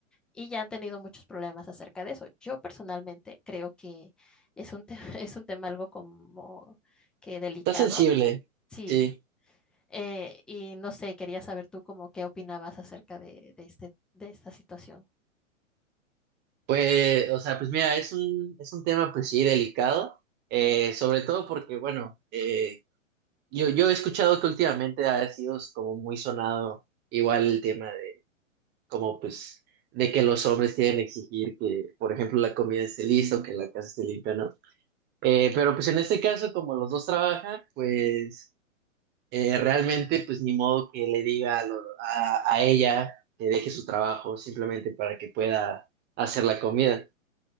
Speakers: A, in the centre; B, on the right.
A: Y ya han tenido muchos problemas acerca de eso. Yo personalmente creo que es un, te- <laughs> es un tema algo como que delicado,
B: Está sensible,
A: sí.
B: sí.
A: Eh, y no sé, quería saber tú como qué opinabas acerca de, de este, de esta situación.
B: Pues, o sea, pues mira, es un, es un tema, pues sí, delicado. eh, sobre todo porque, bueno, eh, yo, yo he escuchado que últimamente ha sido como muy sonado igual el tema de como, pues, de que los hombres quieren exigir que, por ejemplo, la comida esté lista o que la casa esté limpia, ¿no? Eh, pero pues en este caso, como los dos trabajan, pues eh, realmente, pues ni modo que le diga a, lo- a- a ella que deje su trabajo simplemente para que pueda hacer la comida.